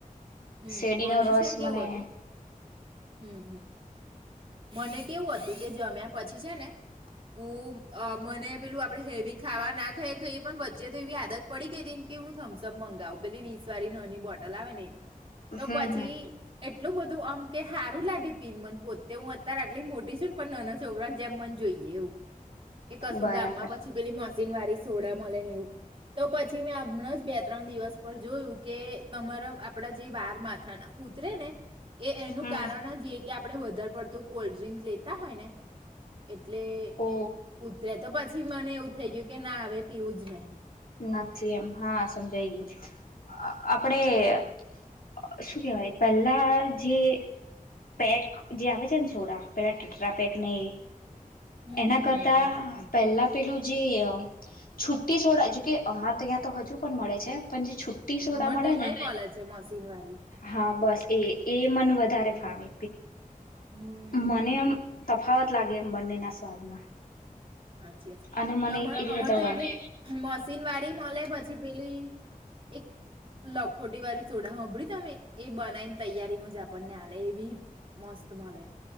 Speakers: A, on the right; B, on the left.
A: હમ્મ.
B: શેરડીનો
A: મને
B: રસ
A: છે ને કેવું
B: મને
A: હતું હમ્મ હમ્મ મને કેવું હતું કે જમ્યા પછી છે ને હું મને પેલું આપણેે હેવી ખાવા ના ખાયઈ પણ વચ્ચે તો એવી આદત પડી ગઈ હતી કે હું થમ્સઅપ મંગાવું પેલી વીસ વાળી નાની બોટલ આવે ને એ. તો
B: હમ
A: પછી
B: હમ
A: એટલું બધું આમ કે સારું લાગે પીન મન પોતે તે હું અત્યારે આટલી મોટી છું ને પણ નાના છોકરાને જેમ મને જોઈએ એવું કે કશું
B: બરાબર
A: ગામ માં પછી પેલી મશીન વાળી સોડા મળને એવું તો પછી મેં હમણાં બે ત્રણ દિવસ પર જોયું કે તમારા આપડા જે વા માથા ના ઉતરે ને એ એનું
B: હમ
A: કારણ જ એક કે આપણે વધારે વર્તુ કોલ્ડ ડ્રિંક લેતા હોય ને એટલે
B: ઓ
A: ઉતરે તો પછી મને એવું થઈ ગયું કે ના હવે પીવું જ નહી.
B: નથી એમ હા. સમજ ગયું આપડે શું કેવાય પહેલા જે પેટ જે આવે છે ને સોડા પેલા <unintelligible>
A: હમ્મ
B: એના
A: હમ્મ
B: કરતા
A: હમ્મ હમ્મ હમ્મ
B: પહેલા પેલું જે છુી છોડ જો કે અમારે તો ત્યાં તો હજુ પણ મળે છે પણ જે છ રટી સોડા
A: અમારે
B: મળે
A: તો અહિયાં
B: ને
A: મળે છે મશીન વાળી
B: હા બસ એ એ મન વધારે
A: હમ્મ
B: ફાવે.
A: હમ્મ
B: મને આમ તફાવત લાગે એમ બંનેના સ્વાદમાં
A: સાાછીચી
B: અને મને એટલી
A: અમારે
B: વધારે
A: તો
B: ભાવે
A: એવી મશીન વાળી મળે પછી પેલી એક લખોટી વાળી સોડા સાભળી તમે એ બનાવીને તૈયારીમાં જ આપણને હાલે એ બી મસ્ત મળે